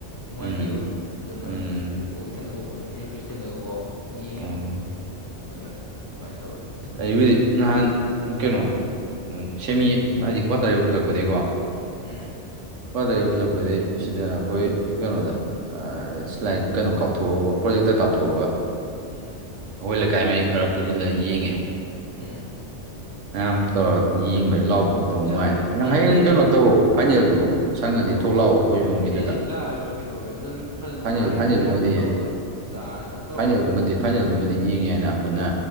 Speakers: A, on the left (about 30°); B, on the right (about 80°).
A: ꯅꯨꯡꯉꯥꯏꯇꯦꯕ
B: ꯎꯝ
A: ꯑꯗꯨꯅ
B: ꯎꯝ
A: ꯑꯩ ꯀꯣꯛ ꯏꯊꯟꯗ ꯀꯣꯛ ꯏꯌꯥꯔꯄꯤꯁ ꯊꯤꯜꯂꯒꯀꯣ ꯀꯣꯛ ꯌꯦꯡꯉꯦꯕ
B: ꯑꯣ
A: ꯑꯗꯨꯅ ꯀꯃꯥꯏꯅ ꯇꯧꯋꯦ
B: ꯑꯁ ꯑꯩꯕꯨꯗꯤ ꯅꯍꯥꯟ ꯀꯩꯅꯣ ꯁꯦꯃꯤ ꯍꯥꯏꯗꯤ ꯀ꯭ꯋꯥꯇꯔ ꯌꯧꯁꯤꯜꯂꯛꯄꯗꯒꯤꯀꯣ
A: ꯎꯝ
B: ꯀ꯭ꯋꯥꯇꯔ ꯌꯧꯁꯤꯜꯂꯛꯄꯗꯒꯤ ꯁꯤꯗ ꯑꯩꯈꯣꯏ ꯀꯩꯅꯣꯗ ꯑ ꯁ꯭ꯂꯥꯏꯠ ꯀꯩꯅꯣ ꯀꯥꯞꯊꯣꯛꯑꯒꯀꯣ ꯄ꯭ꯔꯣꯖꯦꯛꯇ ꯀꯥꯞꯊꯣꯛꯑꯒ
A: ꯎꯝ
B: ꯑꯩꯈꯣꯏ ꯂꯩꯀꯥꯏ ꯃꯩ ꯈꯔ ꯄꯨꯟꯁꯤꯜꯂꯒ ꯌꯦꯡꯉꯦ
A: ꯎꯝ
B: ꯃꯌꯥꯝ ꯇꯧꯔ ꯌꯦꯡꯕꯩ ꯂꯥꯎ ꯈꯣꯡ ꯇꯧ ꯅꯨꯡꯉꯥꯏ
A: ꯑꯁ ꯑꯗꯨ
B: ꯅ
A: ꯅꯨꯡꯉꯥꯏꯕꯅꯦ
B: ꯅꯪ ꯍꯌꯦꯡ ꯅꯪ ꯀꯩꯅꯣ ꯇꯧ ꯐꯥꯏꯅꯦꯜꯗꯨ
A: ꯑꯣ ꯑꯣ
B: ꯁꯪꯉꯗꯤ ꯊꯣꯛꯂꯛꯑꯣ ꯑꯩꯈꯣꯏ ꯁꯣꯝꯒꯤꯗꯨꯗ
A: ꯑꯦꯅꯦ ꯂꯥꯛꯑ ꯂꯣꯏꯔꯒ ꯇꯧꯔꯒꯦ ꯑꯗꯨꯅ ꯐꯖꯅ ꯅꯨꯡꯉꯥꯏꯅ
B: ꯐꯥꯏꯅꯦꯜ ꯐꯥꯏꯅꯦꯜꯗꯨꯃꯗꯤ
A: ꯃꯌꯥꯝꯒ ꯇꯧꯔꯒ ꯆꯥꯔ ꯊꯛꯇꯧꯔꯒ
B: ꯐꯥꯏꯅꯦꯜꯗꯨꯃꯗꯤ ꯐꯥꯏꯅꯦꯜꯗꯨꯃꯗꯤ
A: ꯌꯦꯡꯂ ꯂꯣꯏꯔꯦ
B: ꯌꯦꯡ ꯌꯥꯏꯅ
A: ꯎꯝ
B: ꯄꯨꯟꯅ